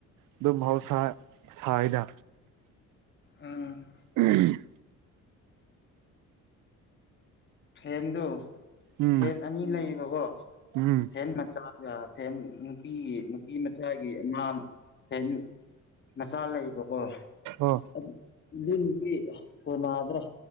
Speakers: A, on the right; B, on the left.
A: ꯑꯗꯨꯝ ꯃꯍꯥꯎꯁꯥ ꯁꯥꯏꯗ
B: ꯎꯝ
A: ꯎꯝ
B: ꯐꯦꯟꯗꯨ
A: ꯎꯝ
B: ꯐꯦꯟ ꯑꯅꯤ ꯂꯩꯌꯦꯕꯀꯣ
A: ꯎꯝ
B: ꯐꯦꯟ ꯃꯆꯥ ꯒ ꯐꯦꯟ ꯅꯨꯄꯤꯒꯤ ꯅꯨꯄꯤ ꯃꯆꯥꯒꯤ ꯑꯃꯥ ꯐꯦꯟ ꯃꯆꯥ ꯂꯩꯌꯦꯕꯀꯣ
A: ꯑꯣ
B: ꯑꯗꯨ ꯅꯗꯤ ꯀꯣꯟꯅꯗ꯭ꯔꯦ